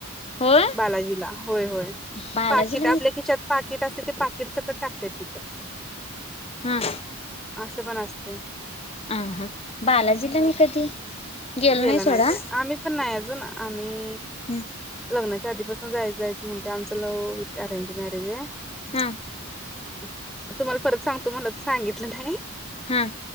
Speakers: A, on the left (about 25°); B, in the centre.
A: होय
B: बालाजीला, होय होय.
A: बालाजीला
B: पाकिट, आपल्या
A: मी
B: खीशात पाकिट असतय ते पाकिट सकट टाकतेत
A: हां.
B: असं पण असतय.
A: आ हा, बालाजीला मी कधी गेलो
B: गेला
A: सोडा.
B: नाही काय, आम्ही पण नाही अजून, आम्ही
A: हम्म.
B: लग्नाच्या आधीपासनं जायचं जायचं म्हणतय, आमचं लव्ह विथ अरेंज मॅरेज हाय.
A: हा.
B: मग तुम्हाला परत सांगतो म्हणलं तुम्हाला सांगितलं नाही
A: हां.